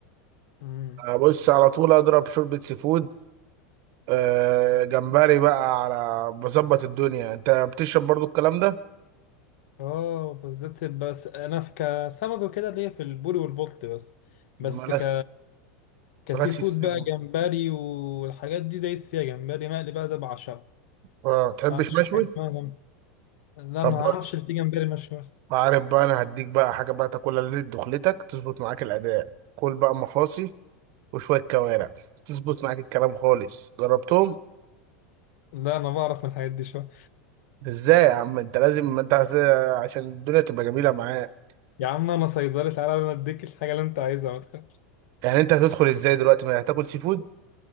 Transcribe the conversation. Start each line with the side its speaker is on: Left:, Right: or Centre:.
Left: امم
Right: أه بص على طول اضرب شوربه سي فود آه، جمبري بقى على بظبط الدنيا انت بتشرب برضو الكلام ده
Left: اه بالذات بس انا في كسمك وكده ليا في البوري والبلط بس
Right: مالكش
Left: بس ك كسي
Right: مالكش
Left: فود
Right: السي
Left: بقى
Right: فود
Left: جمبري والحاجات دي دايس فيها جمبري مقلي بقى ده بعشقه
Right: اه تحبش
Left: ما اعرفش
Right: مشوي
Left: حاجه اسمها جمبري لا انا
Right: طب
Left: ما اعرفش اللي فيه جمبري مشوي
Right: ما عارف بقى انا هديك بقى حاجه بقى تاكلها ليله دخلتك تظبط معاك الاداء كل بقى مخاصي وشويه كوارع تظبط معاك الكلام خالص جربتهم
Left: لا انا بعرف من الحاجات دي شويه
Right: ازاي يا عم انت لازم ما انت هت... عشان الدنيا تبقى جميله معاك
Left: يا عم انا صيدلي تعالى انا اديك الحاجه اللي انت عايزها ما تخافش
Right: يعني انت هتدخل ازاي دلوقتي ما هتاكل سي فود